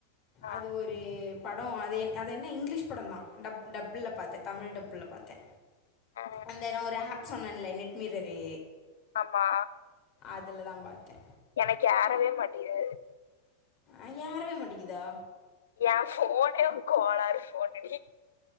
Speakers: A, on the left; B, on the left.
A: ஆ
B: அது ஒரு படொ அது எ அது என்ன இங்கிலீஷ் படந்தா டப் டப்புல பாத்தே தமிழ் டப்புல பாத்தே
A: ஆ
B: அந்தன ஒரு ஆப் சொன்னேன்ல நெட் மீரரி
A: ஆமா
B: அதுலதா பாத்தே
A: எனக்கு ஆறவே மாட்டீது
B: அ யாரவே மாட்டிக்குதா
A: ஏ போன கோளாரு போனடி